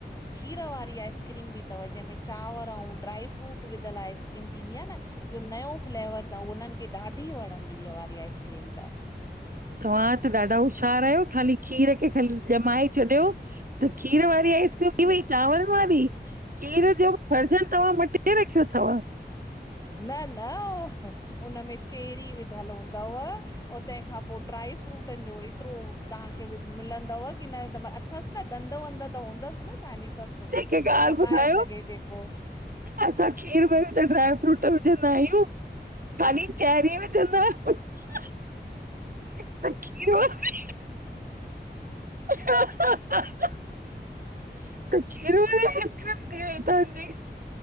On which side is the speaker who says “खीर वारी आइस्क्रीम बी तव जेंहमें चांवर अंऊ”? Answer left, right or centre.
Left